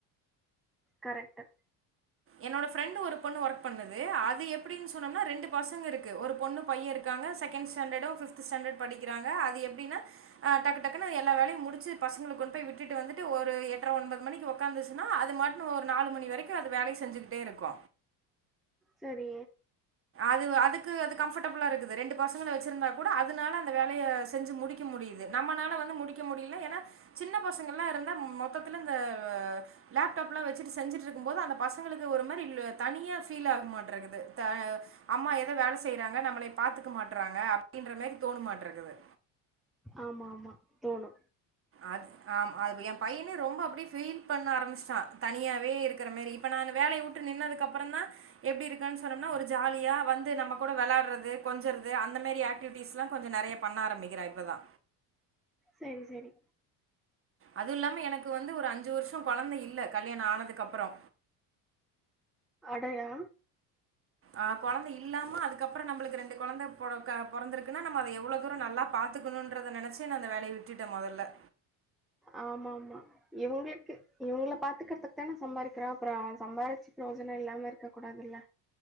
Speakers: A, in the centre; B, on the right (about 35°).
A: கரெக்ட்டு
B: என்னோட ஃபிரண்டு ஒரு பொண்ணு வர்க் பண்ணுது அது எப்பிடின்னு சொன்னோம்னா ரெண்டு பசங்க இருக்கு ஒரு பொண்ணு பைய இருக்காங்க செக்கெண்டு ஸ்டேன்டடும் ஃவ்து ஸ்டேன்டடு படிக்குராங்க அது எப்பிடினா ஆ டக்குடக்குனு எல்லா வேளையு முடிச்சி பசங்கள கொண்டு போய் விட்டுட்டு வந்துட்டு ஒரு எட்டரை ஒன்பது மணிக்கு ஒக்காந்துச்சின்னா அதுமாட்டுல ஒரு நாளு மணி வரைக்கு அது வேலைய செஞ்சுக்கிட்டே இருக்கு
A: சரி
B: அது அதுக்கு அது கம்ஃபர்டபுளா இருக்குது ரெண்டு பசங்கள வெச்சுருந்தா கூட அதனால அந்த வேலைய செஞ்சு முடிக்க முடியுது நம்மனால வந்து முடிக்க முடியல்னா ஏன்னா சின்ன பசங்கள்லா இருந்தா மொத்தத்தில இந்த ஆ லேப்டாப்லா வெச்சுட்டு செஞ்சுட்டுருக்கும் போது அந்த பசங்களுக்கு ஒரு மாரி இல் தனியா ஃபீல் ஆக மாட்டே இருக்குது த அம்மா எதோ வேல செய்றாங்க நம்ள பாத்துக்க மாட்டறாங்க அப்டின்ற மாரி தோணு மாட்ருக்குது
A: ஆமா ஆமா தோணு
B: அது ஆம் அது ஏ பைய்னே ரொம்ப அப்டி ஃபீல் பண்ண ஆரம்பிஸ்டா தனியாவே இருக்கிற மாரி இப்ப நானு வேலய் வுட்டு நின்னதுக்கப்பறந்தா எப்டி இருக்கான்னா சொன்னொம்னா ஒரு ஜாலியா வந்து நம்ம குட வெளாட்றது கொஞ்சறது அந்த மாரி ஆக்டிவிட்டிஸ்லா கொஞ்சு நெறய பண்ணாரம்பிக்கிறா இப்பதா
A: செரி செரி
B: அதுவுல்லாம எனக்கு வந்து ஒரு அஞ்சு வர்ஷோ கொழந்த இல்ல கல்யாணோ ஆனதுக் கப்பறோ
A: டையா
B: ஆ கொழந்த இல்லாம அதுக்கப்பொற நம்பளுக்கு ரெண்டு கொழந்த பொறக்க பொறந்திருக்குன்னா நம்ம அத எவ்ளோ தூரொ நல்லா பாத்துக்குணுன்றத நெனச்சி நா அந்த வேலய விட்டுட்டே மொதல்ல
A: ஆமாம்மா இவுங்குளுக்கு இவங்ள பாத்துக்கிறதுக்கு தான சம்பாதிக்றோ அப்றோ சம்பாரிச்சு பிரோஜனம் இல்லாம இருக்க கூடாதில்ல